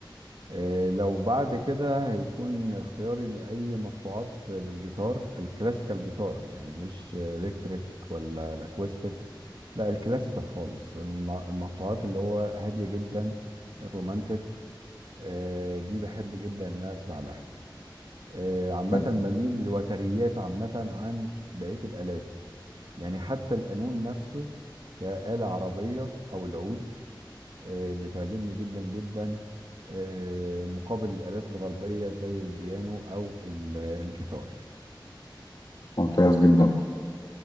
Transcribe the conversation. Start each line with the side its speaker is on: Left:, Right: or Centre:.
Right: آه، لو بعد كده هيكون اختياري لأي مقطوعات بالجيتار الكلاسيكال جيتار يعني مش إلكتريك ولا الأكوستيك لا الكلاسيكال خالص الم- المقطوعات اللي هو هادية جدا الرومانتك آه، دي بحب جدا ان انا اسمع لها آه، عامة
Left: ممتاز
Right: بميل للوتريات عامة عن بقية الآلات يعني حتى القانون نفسه كآلة عربية أو العود آه، بتعجبني جدا جدا آه، مقابل الآلات الغربية زي البيانو أو ال- الجيتار
Left: ممتاز جدا